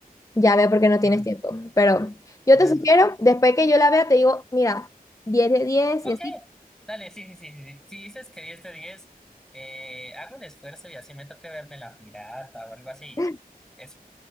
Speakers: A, on the left (about 20°); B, in the centre.
A: Ya veo porque no tienes
B: ujú,
A: tiempo, pero yo
B: dale.
A: te sugiero, después que yo la vea, te digo, mira, 10 de 10
B: Ok,
A: y así.
B: dale, sí, sí, sí, sí. sí. Si dices que diez de diez eh, hago el esfuerzo y así me toque verme la pirata o algo así.
A: <gasps>
B: Es,